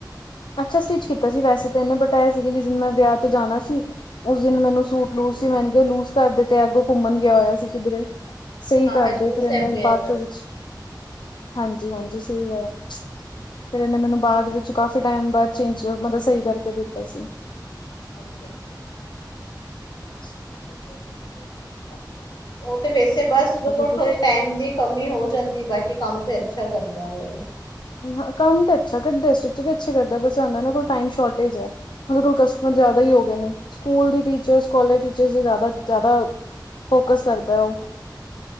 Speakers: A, on the left (about 90°); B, on the left (about 65°).
A: ਅੱਛਾ ਸਟਿੱਚ ਕੀਤਾ ਸੀ ਵੈਸੇ ਤਾਂ ਇਹਨੇ। ਬਤ ਐ ਸੀਗੇ ਜਿਸ ਦਿਨ ਮੈਂ ਵਿਆਹ ਤੇ ਜਾਣਾ ਸੀ। ਉਸ ਦਿਨ ਮੈਨੂੰ
B: ਉਸੀ
A: ਸੂਟ
B: ਦਿਨ
A: ਲੂਜ
B: ਮਿਲੇ
A: ਸੀ। ਮੈ ਕਿਹਾ ਲੂਜ ਕਰ ਦਿੱਤੇ ਅੱਗੋਂ ਘੁੰਮਣ ਗਿਆ ਹੋਇਆ ਸੀ ਕਿਧਰੇ। ਸਹੀ
B: ਹਾਂ
A: ਕਰਦੇ
B: ਹਜ਼ੂਰ
A: ਫੇਰ
B: ਸਾਹਿਬ
A: ਇਨੇ
B: ਗਿਆ
A: ਬਾਅਦ
B: ਦਾ
A: ਚੋਂ
B: ਸੀ।
A: ਵਿੱਚ ਹਾਂ ਜੀ ਹਾਂ ਜੀ। ਗਾ ਫੇਰ ਇਹਨੇ ਮੈਨੂੰ ਬਾਅਦ ਵਿੱਚ ਕਾਫੀ। ਟਾਈਮ ਬਾਅਦ ਚੇਂਜ ਮਤਲਬ ਸਹੀ ਕਰਕੇ ਦਿੱਤਾ ਸੀ।
B: ਅੱਛਾ-ਅੱਛਾ!
A: ਅੱਛਾ-
B: ਉਹ ਤੇ ਵੈਸੇ ਬਸ ਉਦੋਂ ਕੋਲ
A: ਤੁਸੀਂ
B: ਥੋੜੇ ਟਾਈਮ ਦੀ ਕਮੀ ਹੋ ਜਾਂਦੀ ਬਸ ਕੰਮ ਤੇ ਅੱਛਾ ਕਰਦਾ ਵੇ ਉਹ
A: ਹ ਕੰਮ ਤੇ ਅੱਛਾ ਕਰਦਾ ਸਟੁਚ ਵੀ ਅੱਛੇ ਕਰਦਾ ਬਸ ਆਉਦਾ ਇਹਨਾਂ ਕੋਲ ਟਾਈਮ ਸ਼ੋਰਟੇਜ ਹੈ ਉਹਦੇ ਕੋਲ ਕਸਟਮਰ ਜਿਆਦਾ। ਹੀ ਹੋ ਗਏ ਨੇ ਸਕੂਲ ਦੀ ਟੀਚਰਸ ਕੋਲਜ ਟੀਚਰ ਜ਼ਿਆਦਾ- ਜ਼ਿਆਦਾ ਫੋਕਸ ਕਰਦਾ
B: ਹੂੰ
A: ਹੈ ਉਹ-
B: ਹੂੰ।